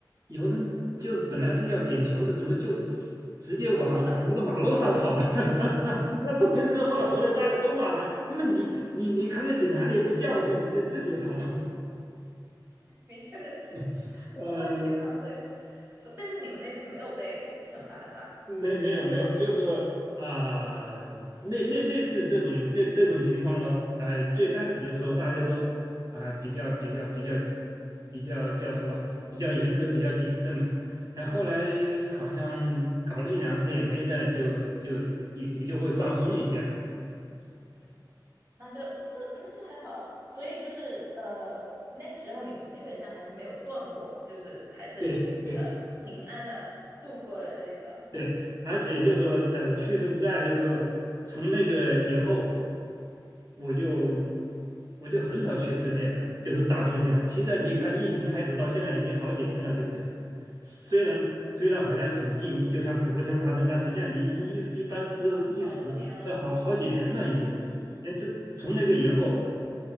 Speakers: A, on the right; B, on the right.
A: 有人就是本来是要捡球的，怎么就直接往往那个马路上跑了？
B: 好了，
A: <laughs> <laughs> 他不吭声，后来回来大家都骂他。那么你你你看到警察你也不叫一声，你就自己跑。
B: <laughs> 你真的是，
A: <laughs> 呃，
B: 哇，天呐，所以，所但是你们那次没有被惩罚是吧？
A: 没没有没有，就是说啊、那那类似这种那这种情况咯，呃，最开始的时候大家都啊、比较比较比较比较叫什么比较严格，比较谨慎嘛。哎，后来好像搞了一两次也没在，就就也也就会放松一些了。
B: 嗯那就就那就还好，所以就是呃，那个时候你们基本上还是没有断过，就是还是呃平安的度过了这个，
A: 对对。对，而且就说呃，去世之爱，就是说从那个以后，我就我就很少去室内了，就是大冬天的。其实你看，疫情开始到现在已经好几年了，
B: 嗯，
A: 对不对？虽然虽然好像很近，
B: 嗯，
A: 就像昨天发生，但实际上离一一一般是一时呃好好几年了已经。
B: 好多年了，嗯
A: 哎，这从那个以后，